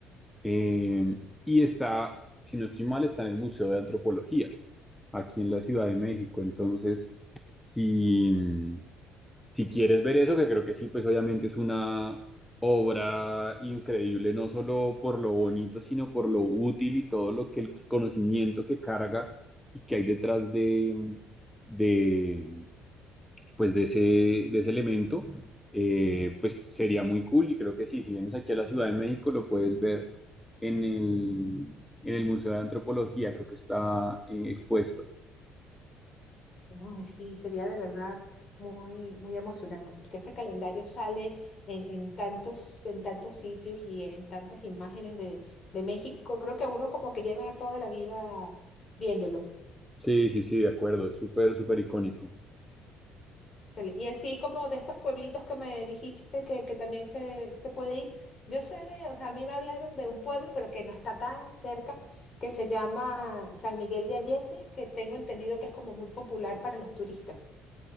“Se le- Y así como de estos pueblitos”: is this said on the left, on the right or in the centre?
Left